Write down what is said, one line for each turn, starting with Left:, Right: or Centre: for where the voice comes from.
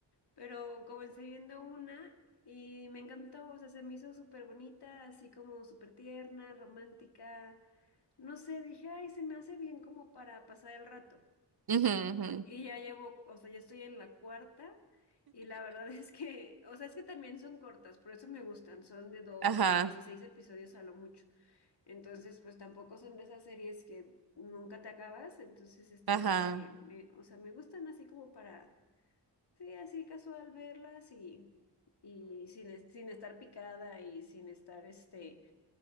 Left: Pero comencé viendo una y me encantó, o sea, se me hizo súper bonita, así como súper tierna, romántica. No sé, dije, ay, se me hace bien como para pasar el rato.
Right: ujú, ujú.
Left: Y ya llevo, o sea, ya estoy en la cuarta y la verdad <laughs> es que, o sea, es que también son cortas, por eso me gustan, son de doce
Right: Ajá,
Left: 16 episodios a lo mucho. Entonces, pues tampoco son de esas series que nunca te acabas, entonces está
Right: ajá.
Left: súper bien. Me- o sea, me gustan así como para, sí, así casual verlas y, y sin, es- sin estar picada y sin estar, este,